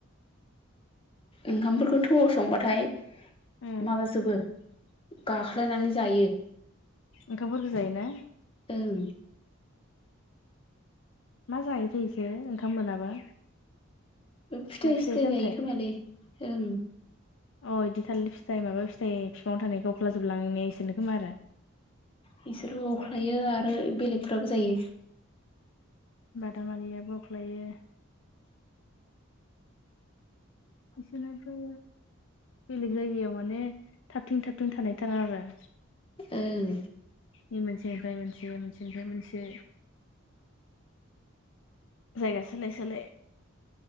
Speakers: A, on the left (about 25°); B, on the left (about 60°).
A: ओंखामफोरखौ थौआव संबाथाय
B: उम
A: माबाजोबो गाख्लायनानै जायो।
B: ओंखामफोररखौ जायोना?
A: ओं।
B: मा जायोथाय बिसोर ओंखाम मोनाबा?
A: फिथाइ
B: ना
A: सिथाय
B: सामथाइ
A: जायो खोमालै ओं।
B: अ बिदि थालिर फिथाइ माबा फिथाइ बिफाङाव थानायफोरखौ अख्लाजोबलांनाया इसोरनो खोमा आरो
A: बिसोरबो अख्लायो आरो बेलेगफ्राबो जायो।
B: बादामालियाबो अख्लायो- बिसोराबो बेलेग जायगायाव माने थाबथिं थाबथिं थानाय थाङा आरो
A: ओं
B: मोनसेनिफ्राय मोनसे मोनसेनिफ्राय मोनसे जायगा सोलाय सोलाय